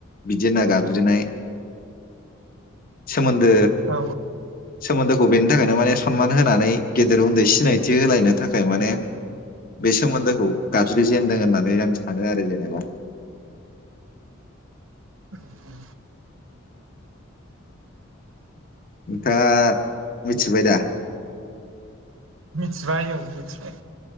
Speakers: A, on the left; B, on the right.
A: बिदि होनना गाबज्रिनाय सोमोनदो
B: औ
A: सोमोनदो बेनि थाखायनो माने सनमान होनानै गेदेर उन्दै सिनायथि होलायनो थाखाय माने बे सोमोन्दोखौ गाबज्रि जेनदों होननानै आं सानो आरो जेनेबा।
B: औ औ
A: नोंथाङा मिथिबाय दा?
B: मिथिबाय औ मिथिबाय।